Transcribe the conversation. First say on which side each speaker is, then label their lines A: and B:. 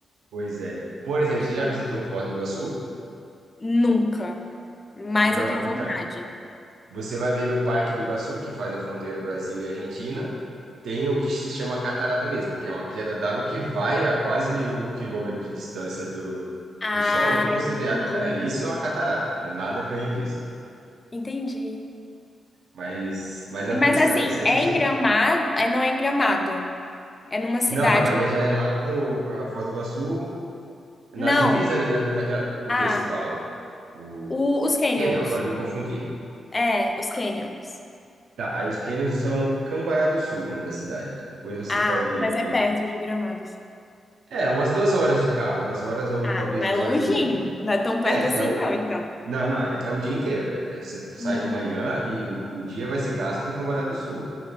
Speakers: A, on the right; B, on the left.
A: Pois é. Por exemplo,
B: <laughs>
A: você já visitou Foz do Iguaçu?
B: Nunca. Mas
A: Não,
B: eu tenho
A: então.
B: vontade.
A: Você vai ver no Parque do Iguaçu, que faz a fronteira Brasil e Argentina, tem o que se chama catarata mesmo, que é uma queda d'água que vai a quase um quilômetro de distância do,
B: Ah,
A: do solo e você
B: entendi.
A: vê a água cair. Aí Isso é uma catarata, porque nada ganha disso.
B: Entendi.
A: Mas, mas a vista
B: Mas assim,
A: é sensacional.
B: é em Gramado? É, não é em Gramado. É numa cidade.
A: Não, não, aí já é lá pro, pra Foz do Iguaçu, na
B: Não.
A: divisa ali, na, naquela. O
B: Ah,
A: que você fala? O, o
B: o- os Canyons.
A: Canyon, agora eu me confundi.
B: É, os Canyons.
A: Tá, aí os canyons são Cambará do Sul, o nome da cidade. Depois você
B: Ah,
A: pode
B: mas
A: ver
B: é perto de Gramados.
A: É, umas duas horas de carro, duas horas ou
B: Ah,
A: talvez
B: mas
A: duas
B: é longinho.
A: horas e meia.
B: Não é tão perto
A: É,
B: assim,
A: é o,
B: não, então.
A: não, não, é, é o dia inteiro. É, é, você sai
B: Hum.
A: de manhã e o, o dia vai ser gasto em Cambará do Sul.